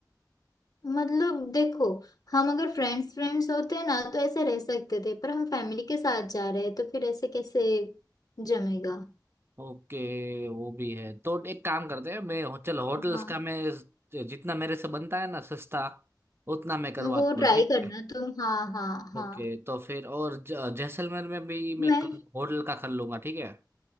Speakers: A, on the left (about 55°); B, on the right (about 30°).
A: मतलब देखो हम अगर फ्रेंड्स फ्रेंड्स होते हैं ना तो ऐसे रह सकते थे पर हम फैमिली के साथ जा रहे हैं तो फिर ऐसे कैसे जमेगा
B: ओके वो भी है तो एक काम करते हैं मैं हो- चलो होटल्स
A: हाँ
B: का मैं जितना मेरे से बनता है ना सस्ता उतना मैं करवा
A: वो
B: दूंगा
A: ट्राई
B: ठीक
A: करना
B: है
A: तुम हाँ हाँ हाँ
B: ओके तो फिर और ज- जैसलमेर में भी मैं
A: मैं
B: कर, होटल का कर लूंगा ठीक है